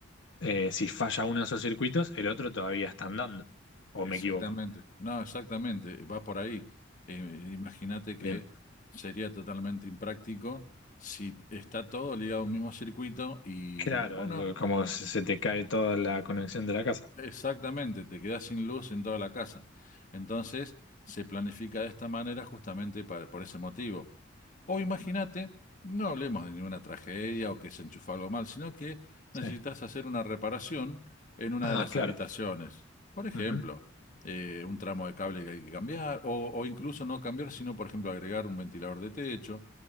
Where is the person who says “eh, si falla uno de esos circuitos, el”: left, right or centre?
Left